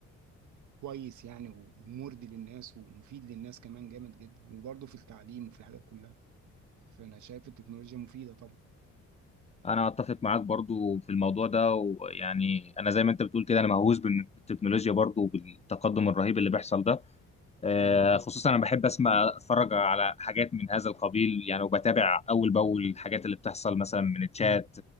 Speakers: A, on the right; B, on the left.
A: كويس يعني ومرضي للناس ومفيد للناس كمان جامد جدا وبرضه في التعليم وفي الحاجات كلها فانا شايف التكنولوجيا مفيده طبعا
B: انا اتفق معاك برضو في الموضوع ده ويعني انا زي ما انت بتقول كده انا مهووس بالتكنولوجيا برضو وبالتقدم الرهيب اللي بيحصل ده آه،
A: امم
B: خصوصا انا بحب اسمع اتفرج على حاجات من هذا القبيل يعني وبتابع اول باول الحاجات اللي بتحصل مثلا من الشات